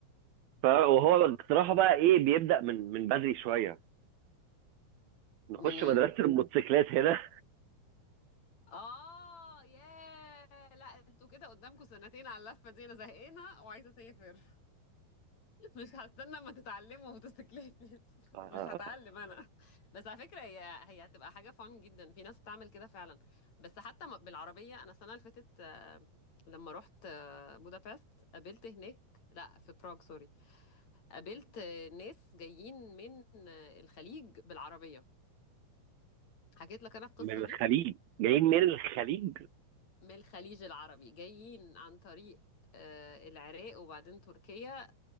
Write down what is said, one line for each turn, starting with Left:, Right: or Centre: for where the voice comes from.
Right: ف- وهو اقتراحه بقى ايه بيبدا من من بدري شويه نخش
Left: منين
Right: مدرسه الموتوسيكلات هنا
Left: اه ياه لا انتوا كده قدامكم سنتين على اللفه دي انا زهقانه وعايزه اسافر مش هستنى اما تتعلموا موتوسيكلات لسه <laughs>
Right: <laughs> آه،
Left: مش هتعلم انا بس على فكره هي هي هتبقى حاجه فان جدا في ناس بتعمل كده فعلا بس حتى م- بالعربيه انا السنه اللي فاتت آه، لما رحت آه، بودابست قابلت هناك لا في براغ سوري قابلت آه، ناس جايين من آه، الخليج بالعربيه حكيت لك انا القصه
Right: من الخليج
Left: دي
Right: جايين من الخليج
Left: من الخليج العربي جايين عن طريق آه، العراق وبعدين تركيا